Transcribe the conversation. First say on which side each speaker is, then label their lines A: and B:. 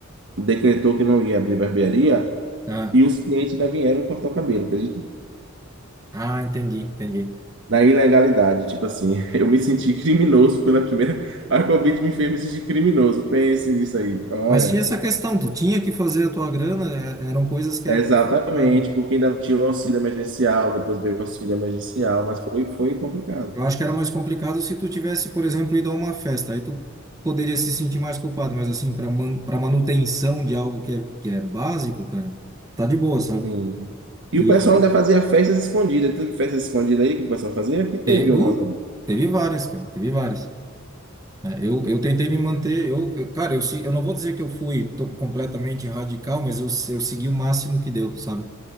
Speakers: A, on the right; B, on the right.
A: decretou que não ia abrir barbearia,
B: Ah,
A: e os clientes ainda vieram cortar o cabelo, acredita?
B: ah, entendi, entendi.
A: Na ilegalidade, tipo assim, <laughs> eu me senti criminoso pela primeira. A Covid me fez me sentir criminoso. Pense nisso aí. Olha.
B: Mas tinha essa questão, tu tinha que fazer a tua grana, é- eram coisas que
A: Exatamente,
B: era complicado, né?
A: porque ainda não tinha o auxílio emergencial, depois veio o auxílio emergencial, mas foi, foi complicado.
B: Eu acho que era mais complicado se tu tivesse, por exemplo, ido a uma festa, aí tu poderia se sentir mais culpado, mas assim, para man, para manutenção de algo que é, que é básico, cara, tá de boa, sabe?
A: Sim. E
B: E
A: o pessoal ainda fazia festas escondidas. Teve festas escondidas aí que o pessoal fazia? Aqui teve
B: te- uh,
A: umas.
B: teve várias, cara, teve várias. né? Eu, eu tentei me manter, eu, eu- cara, eu, se- eu não vou dizer que eu fui to- completamente radical, mas eu, eu segui o máximo que deu, sabe?